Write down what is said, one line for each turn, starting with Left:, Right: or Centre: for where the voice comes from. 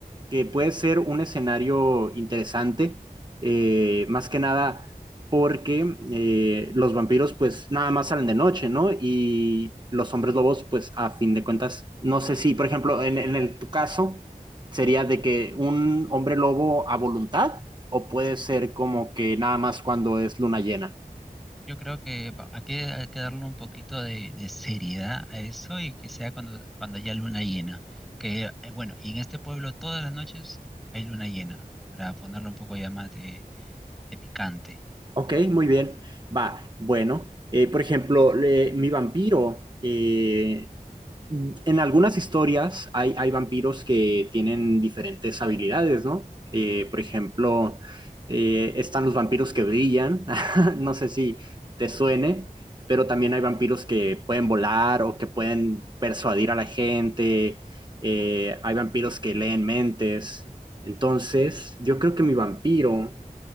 Right: que puede ser un escenario interesante, eh, más que nada porque eh, los vampiros pues nada más salen de noche, ¿no? Y los hombres lobos pues a fin de cuentas, no sé si, por ejemplo, en, en el, tu caso sería de que un hombre lobo a voluntad o puede ser como que nada más cuando es luna llena.
Centre: Yo creo que va- hay que, hay que darle un poquito de, de seriedad a eso y que sea cuando, cuando haya luna llena. Que eh, bueno, y en este pueblo todas las noches hay luna llena, para ponerle un poco ya más de, de picante.
Right: Ok, muy bien. Va, bueno, eh, por ejemplo, le- mi vampiro eh, en algunas historias hay, hay vampiros que tienen diferentes habilidades, ¿no? Eh, por ejemplo, eh, están los vampiros que brillan, <laughs> no sé si te suene, pero también hay vampiros que pueden volar o que pueden persuadir a la gente, eh, hay vampiros que leen mentes. Entonces, yo creo que mi vampiro